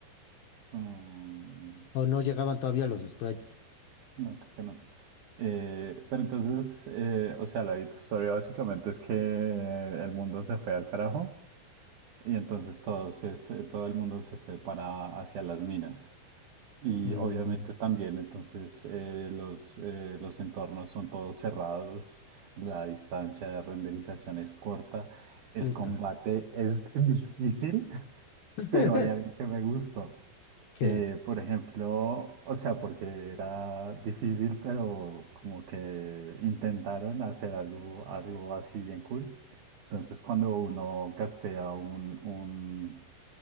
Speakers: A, on the right; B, on the left.
A: Mm.
B: O no llegaban todavía los sprites.
A: No, creo que no. Eh, pero entonces, eh, o sea, la historia básicamente es que el mundo se fue al carajo y entonces todo, se- se- todo el mundo se fue para hacia las minas. Y
B: Mm,
A: obviamente también entonces eh, los, eh, los entornos son todos cerrados, la distancia de renderización es corta, el
B: puta.
A: combate es <laughs> difícil,
B: <laughs>
A: pero hay algo que me gustó.
B: ¿Qué?
A: Eh, por ejemplo, o sea, porque era difícil, pero como que intentaron hacer algo, algo así bien cool. Entonces, cuando uno castea un, un,